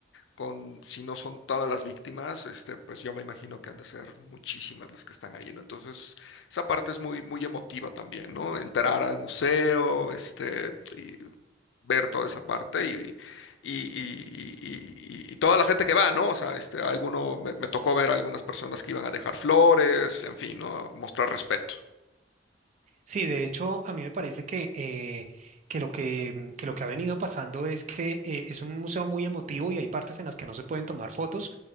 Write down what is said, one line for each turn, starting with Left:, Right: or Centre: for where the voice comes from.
Left: con, si no son todas las víctimas, este, pues yo me imagino que han de ser muchísimas las que están ahí, ¿no? Entonces, esa parte es muy, muy emotiva también, ¿no? Entrar al museo, este, y ver toda esa parte y, y, y- y- y- y toda la gente que va, ¿no? O sea, este, alguno, me, me tocó ver a algunas personas que iban a dejar flores, en fin, ¿no? Mostrar respeto.
Right: Sí, de hecho, a mí me parece que, eh, que, lo que, mm, que lo que ha venido pasando es que eh, es un museo muy emotivo y hay partes en las que no se pueden tomar fotos